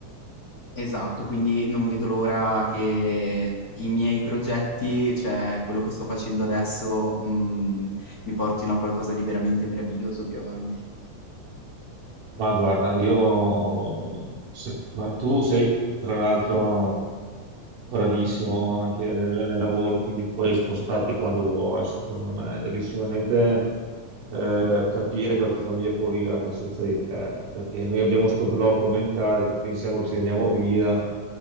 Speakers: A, on the left (about 35°); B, on the right (about 85°).
A: esatto, quindi non vedo l'ora che i miei progetti, cioè quello che sto facendo adesso, mh, mi portino a qualcosa di veramente meraviglioso più avanti.
B: Ma guarda, io... se- Ma tu sei, tra l'altro... bravissimo anche nel, nel lavoro, quindi puoi spostarti quando vuoi, secondo me. Devi solamente eh, capire che la tua famiglia può vivere anche senza di te, perché noi abbiamo questo blocco mentale che pensiamo che se andiamo via